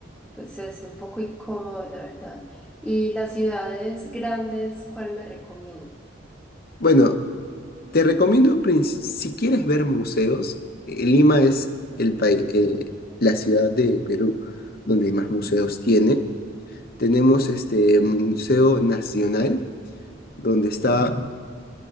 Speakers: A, in the centre; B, on the left.
A: pues es un poco incómodo, la verdad. Y las ciudades grandes, ¿cuál me recomiendas?
B: Bueno, te recomiendo, prin- si quieres ver museos, eh, Lima es el país, la ciudad de Perú donde más museos tiene. Tenemos este Museo Nacional, donde está